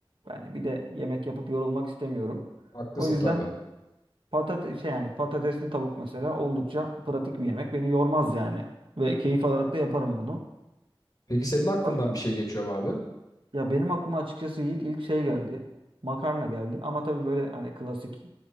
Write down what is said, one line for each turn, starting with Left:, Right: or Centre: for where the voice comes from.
Right: Yani bir de yemek yapıp yorulmak istemiyorum.
Left: Haklısın
Right: O yüzden
Left: tabii.
Right: patates şey yani patatesli tavuk mesela oldukça pratik bir yemek. Beni yormaz yani. Ve keyif alarak da yaparım bunu.
Left: Peki senin aklından
Right: Başka?
Left: bir şey geçiyor mu abi?
Right: Ya benim aklıma açıkçası Yiğit ilk şey geldi. Makarna geldi. Ama tabii böyle hani klasik